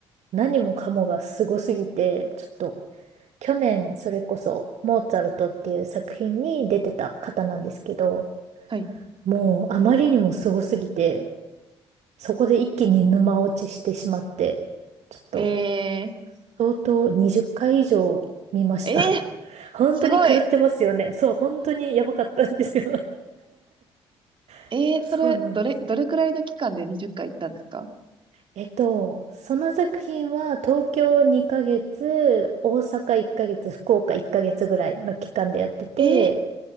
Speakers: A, on the right; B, on the right.
A: 何もかもがすごすぎて、ちょっと去年それこそモーツァルトっていう作品に出てた方なんですけど、
B: はい。
A: もうあまりにもすごすぎて、そこで一気に沼落ちしてしまって、ちょっと
B: え
A: 相当20回以上見ました。
B: ー、えー、
A: <laughs> 本当に狂ってますよね。
B: すごい。
A: そう、本当にやばかったんですよ。
B: えー、
A: <laughs> そうなんです。
B: それ、どれ、どれくらいの期間で20回行ったんですか
A: えっと、その作品は東京2ヶ月、大阪1ヶ月、福岡1ヶ月ぐらいの期間でやってて、
B: えー、